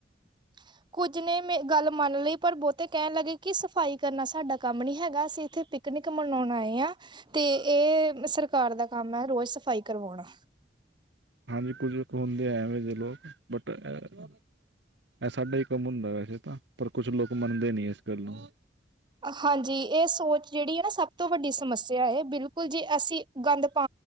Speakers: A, on the right; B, on the right.
A: <inaudible> ਕੁੱਝ ਨੇ ਮ ਗੱਲ ਮੰਨ ਲਈ ਪਰ ਬਹੁਤੇ ਕਹਿਣ ਲੱਗੇ ਕਿ ਸਫ਼ਾਈ ਕਰਨਾ ਸਾਡਾ ਕੰਮ ਨੀ ਹੈਗਾ ਅਸੀਂ ਇੱਥੇ ਪਿਕ ਨਿਕ ਮਨਾਉਣ ਆਏ ਆ ਤੇ ਇਹ ਸਰਕਾਰ ਦਾ ਕੰਮ ਹੈ ਰੋਜ਼ ਸਫ਼ਾਈ ਕਰਵਾਉਣਾ।
B: ਹਾਂਜੀ ਕੁੱਝ ਹੁੰਦੇ ਐਵੇਂ ਦੇ ਲੋਕ ਬਟ ਇਹ ਇਹ ਸਾਡਾ ਹੀ ਕੰਮ ਹੁੰਦਾ ਵੈਸੇ ਤਾਂ ਪਰ ਕੁਛ ਲੋਕ ਮੰਨਦੇ ਨੀ ਇਸ ਗੱਲ ਨੂੰ।
A: ਹਾਂਜੀ ਇਹ ਸੋਚ ਜਿਹੜੀ ਹੈ ਨਾ ਸਭ ਤੋਂ ਵੱਡੀ ਸਮੱਸਿਆ ਇਹ ਬਿਲਕੁਲ ਜੀ ਅਸੀਂ ਗੰਦ ਪਾ।